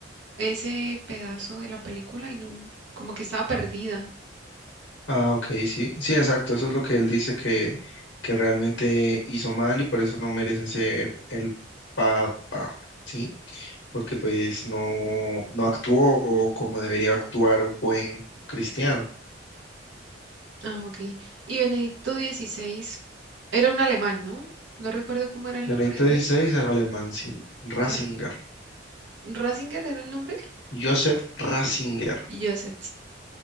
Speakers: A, on the right (about 70°); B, on the left (about 70°).
A: ese pedazo de la película y no, como que estaba perdida.
B: Ah, ok, sí, sí, exacto, eso es lo que él dice que, que realmente hizo mal y por eso no merecen ser el papa, ¿sí? Porque pues no, no actuó como debería actuar un buen cristiano.
A: Ah, ok. Y Benedicto dieciséis era un alemán, ¿no? No recuerdo cómo era el
B: Benedicto
A: nombre de
B: XVI
A: él.
B: era alemán, sí, Ratzinger,
A: No, re- ¿Ratzinger era el nombre?
B: Joseph Ratzinger.
A: Y yo sí.